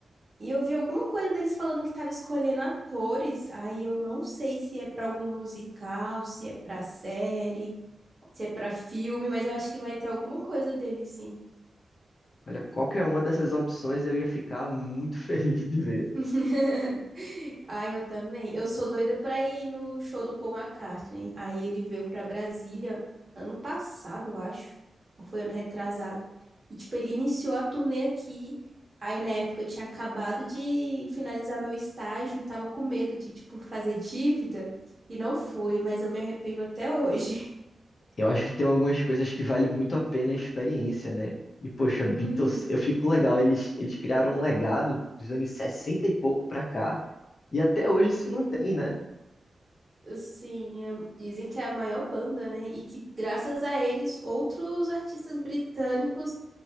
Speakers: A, on the right (about 20°); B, on the left (about 45°).
A: e eu vi alguma coisa deles falando que estava escolhendo atores. Aí eu não sei se é para algum musical, se é para série, se é para filme, mas eu acho que vai ter alguma coisa dele, sim.
B: Olha, qualquer uma dessas opções eu ia ficar muito <laughs> feliz de ver.
A: <laughs> Ah, eu também. Eu sou doida pra ir no show do Paul McCartney. Aí ele veio pra Brasília ano passado, eu acho. Ou foi ano retrasado. E, tipo, ele iniciou a turnê aqui. Aí, na época, eu tinha acabado de finalizar meu estágio e tava com medo de, tipo, fazer dívida. E não fui, mas eu me arrependo até hoje. <laughs>
B: Eu acho que tem algumas coisas que vale muito a pena a experiência, né? E, poxa, Beatles,
A: Uhum,
B: eu fico legal. Eles, eles criaram um legado dos anos 60 e pouco pra cá. E até hoje se
A: uhum.
B: mantém, né?
A: Sim, é- dizem que é a maior banda, né? E que graças a eles, outros artistas britânicos